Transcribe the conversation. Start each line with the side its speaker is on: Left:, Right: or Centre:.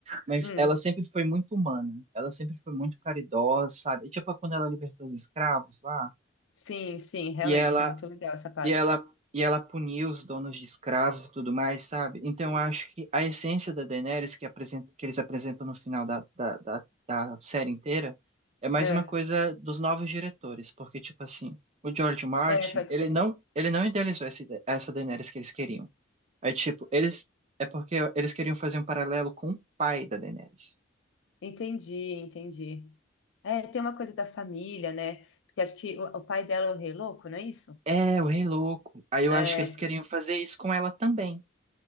Right: Mas
Left: hum,
Right: ela sempre foi muito humana. Ela sempre foi muito caridosa, sabe? Tipo quando ela libertou os escravos lá.
Left: sim, sim, realmente,
Right: E ela
Left: é muito legal essa parte.
Right: E ela, e ela puniu os donos de escravos e tudo mais, sabe? Então eu acho que a essência da Daenerys que, apresenta, que eles apresentam no final da, da, da, da série inteira é mais
Left: É,
Right: uma coisa dos novos diretores, porque, tipo assim, o George Martin,
Left: é, pode
Right: ele
Left: ser.
Right: não, ele não idealizou essa, ide- essa Daenerys que eles queriam. É tipo, eles. É porque eles queriam fazer um paralelo com o pai da Daenerys.
Left: Entendi, entendi. É, tem uma coisa da família, né? Porque acho que o, o pai dela é o rei louco, não é isso?
Right: É, o Rei Louco. Aí eu
Left: É.
Right: acho que eles queriam fazer isso com ela também.